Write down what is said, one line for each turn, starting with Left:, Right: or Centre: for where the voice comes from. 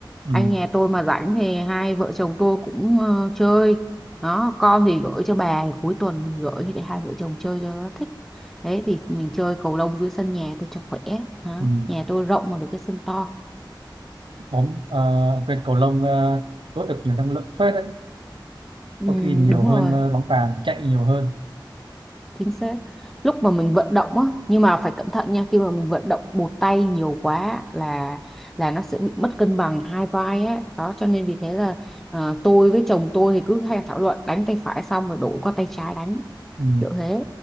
Right: ừ,
Centre: anh nhà tôi mà rảnh thì hai vợ chồng tôi cũng ờ, chơi đó con thì gửi cho bà cuối tuần thì gửi để hai vợ chồng chơi cho nó thích đấy thì mình chơi cầu lông dưới sân nhà tôi cho khỏe đó.
Right: ừ.
Centre: nhà tôi rộng mà được cái sân to
Right: bóng à, quên cầu lông à, đốt được nhiều năng lượng phết đấy
Centre: ừ,
Right: có khi nhiều
Centre: đúng
Right: hơn
Centre: rồi
Right: à, bóng bàn chạy nhiều hơn
Centre: chính xác lúc mà mình vận động á nhưng mà phải cẩn thận nha khi mà mình vận động một tay nhiều quá là là nó sẽ bị mất cân bằng hai vai á đó cho nên vì thế là ờ, tôi với chồng tôi thì cứ hay thảo luận đánh tay phải xong rồi đổi qua tay trái đánh
Right: ừ.
Centre: kiểu thế